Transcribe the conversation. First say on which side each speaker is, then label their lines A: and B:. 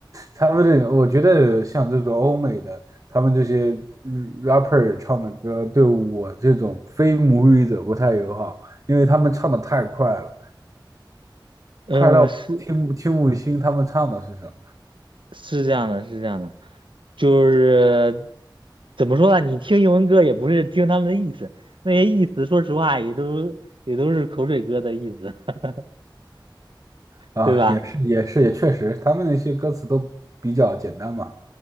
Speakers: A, on the right; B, on the right.
A: 他们这个，我觉得像这种欧美的，他们这些嗯 rapper 唱的歌，对我这种非母语者不太友好，因为他们唱的太快了，
B: 嗯，
A: 快到我听不听不清他们唱的是什么。
B: 是是这样的，是这样的，就是怎么说呢？你听英文歌也不是听他们的意思，那些意思说实话也都也都是口水歌的意思，<laughs>
A: 啊，
B: 对吧？
A: 也是也是也确实，他们那些歌词都比较简单嘛。